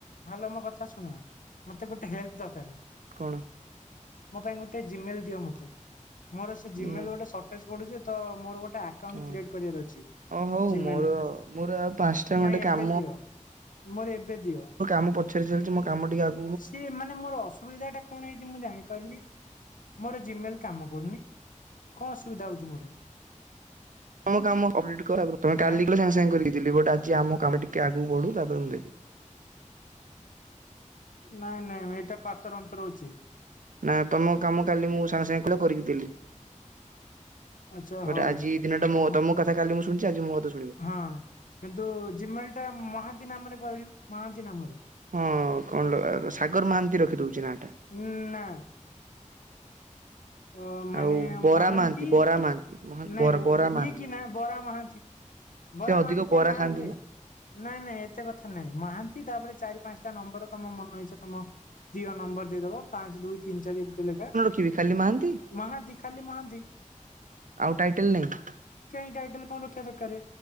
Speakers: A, on the left; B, on the right.
A: ହ୍ୟାଲୋ ମୋ କଥା ଶୁଣ ମତେ ଗୋଟେ ହେଲପ୍ ଦରକାର
B: କଣ
A: ମୋ ପାଇଁ ଗୋଟେ ଜିମେଲ ଦିଅ ମତେ। ମୋର ସେ ଜିମେଲ
B: ଉଁ
A: ଗୋଟେ ସଟେଜ୍ ପୁଡୁଛି ତ ମୋର ଗୋଟେ ଆ ଆକାଉଣ୍ଟ
B: ହଁ
A: କ୍ରିଏଟ କରିବାର ଅଛି
B: ଓ ହଉ
A: ଜିମେଲରେ
B: ମୋର ମୋର ଆଉ ପାଞ୍ଚଟା ଖଣ୍ଡେ
A: ନାଇଁ
B: କାମ
A: ଏବେ ଦିଅ। ମୋର ଏବେ ଦିଅ।
B: ମୋ କାମ ପଛରେ ଚାଲିଛି ମୋ କାମ ଟିକେ ଅ
A: ସିଏ ମାନେ ମୋର ଅସୁବିଧା ଟା କଣ ହେଇଛି ମୁଁ ଜାଣିପାରୁିନି। ମୋର ଜିମେଲ କାମ କରୁନି କଣ ଅସୁବିଧା ହଉଛି ମୋର।
B: ତମ କାମ କମ୍ପଲିଟ୍ କର ତମେ କାଲି
A: ଆଁ
B: କହିଲ ସାଙ୍ଗ ସାଙ୍ଗେ କରି କି ଦେଲି ବଟ ଆଜି ଆମ କାମ ଟିକେ ଆଗକୁ ବଢୁ ତାପରେ ମୁଁ ଦେବି।
A: ନାଇଁ ନାଇଁ ଏଇଟା ପାତର ଅନ୍ତର ହଉଛି।
B: ନା ତମ କାମ କାଲି ମୁଁ ସାଙ୍ଗେ ସାଙ୍ଗେ କହିଲ କରିକି ଦେଲି
A: ଆଚ୍ଛା
B: ବଟ
A: ହଉ
B: ଆଜି। ଦିନଟା ମୋ
A: ହଁ।
B: ତମ କଥା କାଲି ମୁଁ ଶୁଣିଛି ଆଜି ମୋ‌ କଥା ସୁ
A: ହଁ କିନ୍ତୁ ଜିମେଲ ଟା ମହାନ୍ତି ନାମରେ କରିବ ମହାନ୍ତି ନାମରେ।
B: ହଁ କଣ ଲ ସାଗର ମହାନ୍ତି ରଖିଦଉଛି ନାଟା।
A: ଉଁ ନା। ଅ ମାନେ
B: ଆଉ ବରା
A: ମହାନ୍ତି
B: ବରା ମହାନ୍ତି ମହା
A: ନାଇଁ
B: ବରା
A: ନାଇଁ
B: ବରା ମହାନ୍ତି।
A: ଇଏ କି ନା ବରା ମହାନ୍ତି। ବରା
B: ସେ ଅଧିକ
A: ମହାନ୍ତି
B: ବରା
A: କା ନା
B: ଖାଆନ୍ତି
A: ରେ ହୁଏ। ନାଇଁ ନାଇଁ ଏତେ କଥା ନାଇଁ ମହାନ୍ତି ତାପରେ ଚାରି ପାଞ୍ଚଟା ନମ୍ବର ତମ ମନ ଇଚ୍ଛା ତମ। ପ୍ରିଅ ନମ୍ବର ଦେଇଦବ ପାଞ୍ଚ ଦୁଇ ତିନି ଚାରି ଏମିତି ଲେଖା।
B: କି ବି ଖାଲି ମହାନ୍ତି।
A: ମହାନ୍ତି ଖାଲି ମହାନ୍ତି।
B: ଆଉ ଟାଇଟେଲ ନାହିଁ।
A: କାହିଁ ଟାଇଟେଲ କଁ ରଖିବା ଦରକାର